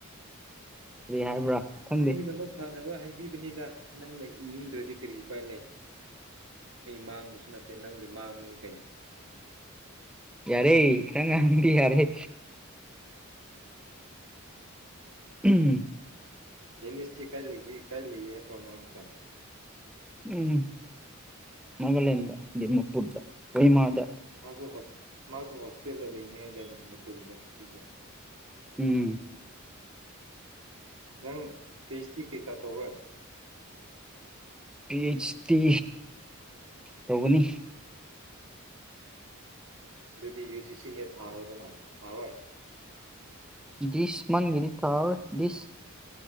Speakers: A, in the centre; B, on the right (about 70°).
A: ꯍꯥꯏꯕ꯭ꯔꯥ ꯈꯪꯗꯦ
B: ꯅꯪ ꯅꯃꯛ ꯐꯔ ꯐꯅꯕ ꯍꯥꯏꯕꯤꯕꯅꯤꯗ ꯅꯪꯅ ꯏꯅꯤꯡꯗ꯭ꯔꯗꯤ ꯀꯔꯤ ꯎꯄꯥꯏ ꯂꯩ ꯑꯩ ꯃꯥꯡꯕꯁꯨ ꯅꯠꯇꯦ ꯅꯪꯒꯤ ꯃꯥꯡꯕꯅꯤ ꯀꯩꯅꯣ
A: ꯌꯥꯔꯦ ꯈꯔ ꯉꯥꯡꯕꯗꯤ ꯌꯥꯔꯦ <unintelligible>
B: <unintelligible>
A: ꯎꯝ ꯃꯒꯂꯦꯟꯗ ꯗꯤꯃꯄꯨꯔꯗ ꯀꯣꯍꯤꯃꯥꯗ
B: ꯃꯥꯖꯨ ꯍꯣꯁ ꯃꯥꯖꯨ ꯍꯣꯁꯇꯦꯜꯗ ꯂꯩꯅꯤ ꯍꯥꯏꯗꯥꯏꯅꯦ ꯃꯅꯤꯄꯨꯔ ꯌꯨꯅꯤꯚꯔꯁꯤꯇꯤꯒꯤ
A: ꯎꯝ
B: ꯅꯪ ꯄꯤꯁ ꯇꯤ ꯀꯩꯀꯥ ꯇꯧꯔꯣꯏ
A: ꯄꯤꯁ ꯇꯤ ꯇꯧꯒꯅꯤ
B: ꯑꯗꯨꯗꯤ ꯌꯨ ꯖꯤ ꯁꯤ ꯅꯦꯠ ꯊꯥꯔꯣꯗꯅ ꯊꯥꯔꯣꯏ
A: ꯗꯤꯖꯁ ꯃꯟꯒꯤꯗꯤ ꯊꯔꯔꯣꯏ ꯗꯤꯁ